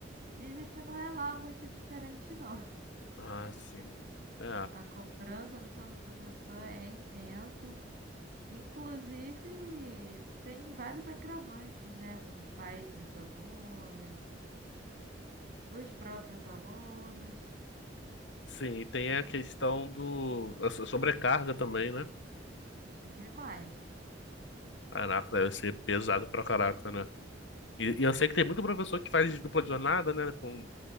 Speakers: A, on the right; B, on the left.
A: dizem que não é lá muito diferente, não. <laughs>
B: Ah, sim. É,
A: A cobrança por cima do professor é intensa. Inclusive, tem vários agravantes, né? Como pais dos alunos, os próprios alunos,
B: sim, e tem a questão do... A so- sobrecarga também, né?
A: demais.
B: Caraca, deve ser pesado pra caraca, né? E, e eu sei que tem muito professor que faz dupla jornada, né? Com,